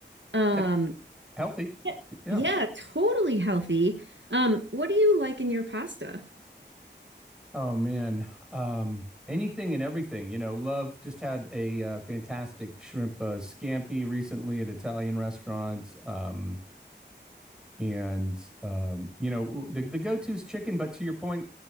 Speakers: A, on the right; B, in the centre.
A: um
B: It's he- Healthy.
A: yeah,
B: Yeah.
A: yeah, totally healthy. Um what do you like in your pasta?
B: Oh man, um, anything and everything. You know, Love just had a uh, fantastic shrimp uh, scampi recently at an Italian restaurant. Um, and um, you know, w- the the go-to is chicken. But to your point,